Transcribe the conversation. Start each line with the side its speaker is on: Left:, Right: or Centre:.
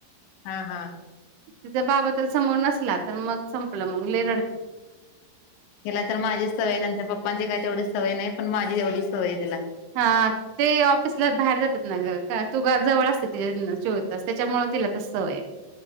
Left: हा हा.
Right: तिजा बाबा तर समोर नसला तर मग संपलं मग लय रडते.
Left: हिला तर माझीच सवय ये त्यांच्या पप्पांची काय तेवढी सवय नाय पण माझी एवढी सवय हाय तिला.
Right: हा. ते ऑफिसला बाहेर जातात ना ग का तू जवळ असते तिच्या चोवीस तास त्याच्यामुळे तिला तसं सवय हाय.